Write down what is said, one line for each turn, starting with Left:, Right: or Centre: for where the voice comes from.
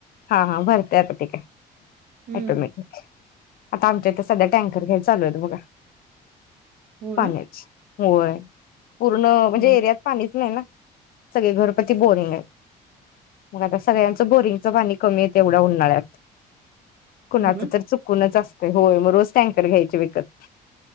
Left: हा, हा भरते आता ते काय
Right: हम्म
Left: ऑटोमॅटिक आता आमच्या इथ सध्या टँकर घेयच चालूत बघा
Right: हो
Left: पाण्याची
Right: ना
Left: होय पूर्ण म्हणजे
Right: हम्म
Left: एरियात पाणीच नाय ना सगळे घरपची बोरिंगऐत मग आता सगळ्यांचं बोरिंगच पाणी कमी येत एवढ्या उन्हाळ्यात कुणाच
Right: हो ना
Left: तर चुकूनच असत होय मग रोज टँकर घ्यायचे विकत